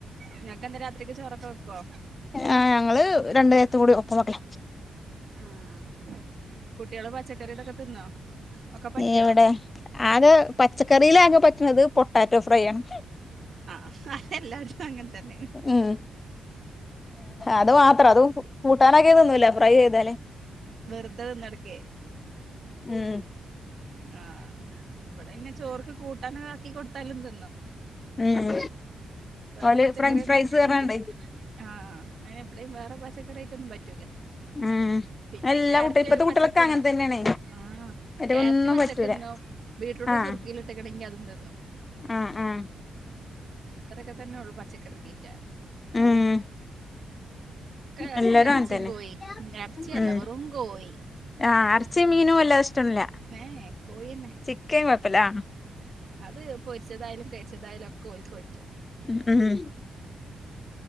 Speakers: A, on the right; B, on the left.
A: ഇങ്ങക്കെന്താ രാത്രിക്ക് ചോറൊക്കെ വെക്കോ
B: ആ ഞങ്ങള് രണ്ടു നേരത്തെക്കൂടി ഒപ്പമൊക്കെ.
A: ആഹ് കുട്ടികള് പച്ചക്കറിയെ തൊക്കെ തിന്നോ? ഒക്കെ പറ്റോ
B: എവെടെ? ആകെ പച്ചക്കറിയിലാകെ പറ്റണത് പൊട്ടാറ്റോ ഫ്രൈയാണ്.
A: ആഹ് അതെല്ലാടത്തും അങ്ങനെത്തന്നെ.
B: ഉം അത് മാത്രം അത് കൂട്ടാനാക്കിതൊന്നുമില്ല. ഫ്രൈ ചെയ്താല്.
A: വെറുതെ തിന്നട്ക്കേ
B: ഉം
A: ആഹ്, ഇവിടെന്നെ ചോർക്ക് കൂട്ടാനെക്കെയാക്കി കൊടുത്താലും തിന്നും.
B: ഉം
A: വേറെ
B: ഓല്
A: പച്ചക്കറിയൊന്നും
B: ഫ്രഞ്ച് ഫ്രൈസ് പറഞ്ഞാണ്ടേ
A: പറ്റില്ല. ആഹ് അവെടെ വെറെ പച്ചക്കറിയൈറ്റം പറ്റ്
B: ഉം
A: പിന്നെ
B: എല്ലാ
A: ക്യാരറ്റ്
B: കുട്ടി ഇപ്പത്തെ
A: പച്ചക്കിന്നും
B: കുട്ടികളൊക്കെ അങ്ങനെ തന്നെയാണേ
A: ആ
B: മറ്റേ
A: ക്യാരറ്റ്
B: ഒന്നും
A: പച്ചക്കിന്നും
B: പറ്റൂല
A: ബീറ്റ്റൂട്ട്
B: ആഹ്
A: കുറുക്കിയിലിട്ടേക്കണെങ്കി അതും തിന്നു.
B: ആഹ് ആഹ്
A: അക്കെതന്നെയൊള്ളു പച്ചക്കറി തീറ്റ.
B: ഉം
A: ഒക്കെ
B: എല്ലാരും
A: എറച്ചിയും
B: അങ്ങനെ തന്നെ
A: കോയിയും എറച്ചിയല്ല.
B: ഉം
A: വെറും കോയി.
B: ആഹ് അറച്ചി മീനുവെല്ലാഷ്ടില്ല.
A: ഏഹ് കോഴിന്നെ
B: ചിക്കൻ കൊഴപ്പില്ല. ആഹ്.
A: അത് പൊരിച്ചതായാലും തേച്ചതായാലെക്കെ ഓൾക്ക് പറ്റും.
B: ഉം ഉം